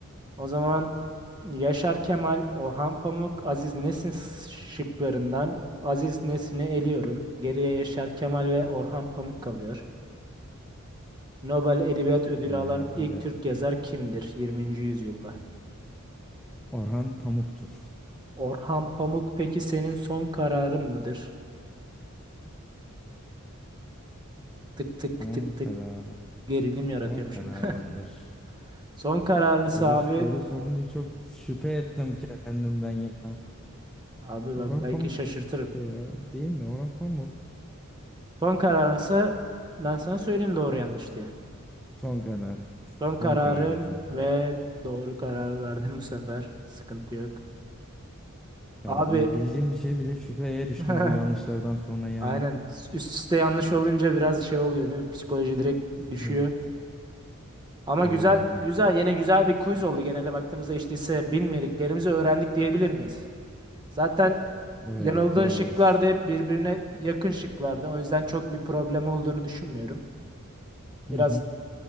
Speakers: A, on the right; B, in the centre.
A: O zaman Yaşar Kemal, Orhan Pamuk, Aziz Nesin şıklarından Aziz Nesin'i eliyorum. Geriye Yaşar Kemal ve Orhan Pamuk kalıyor. Nobel Edebiyat Ödülü
B: Ee,
A: alan ilk
B: evet.
A: Türk yazar kimdir 20. yüzyılda?
B: Orhan Pamuk'tur.
A: Orhan Pamuk peki senin son kararın mıdır? Tık tık
B: Son
A: tık tık
B: kararı.
A: gerilim yaratıyorum
B: Son kararımdır.
A: şimdi. <laughs> Son kararınsa
B: Böyle
A: abi,
B: böyle sorunca çok şüphe ettim kendimden ya.
A: abi
B: Orhan
A: ben belki
B: Pamuk
A: şaşırtırım.
B: işte ya. Değil mi? Orhan Pamuk.
A: Son kararınsa ben sana söyleyeyim doğru yanlış diye.
B: Son kararım.
A: Son kararın
B: Son kararım, son kararım.
A: ve Doğru kararı verdim bu sefer. Sıkıntı yok.
B: Tamam
A: Abi
B: bunu bildiğim bir şey bile şüpheye düştüm
A: <laughs>
B: bu yanlışlardan sonra yani.
A: aynen üst üste yanlış olunca biraz şey oluyor değil mi? Psikoloji direkt düşüyor.
B: Evet.
A: Ama
B: Böyle
A: güzel
B: öyle.
A: güzel yine güzel bir quiz oldu. Genelde baktığımızda işte ise bilmediklerimizi öğrendik diyebilir miyiz? Zaten
B: Öyle
A: yanıldığın
B: diyebiliriz.
A: şıklar da hep birbirine yakın şıklardı. O yüzden çok bir problem olduğunu düşünmüyorum. Biraz
B: Hı hı.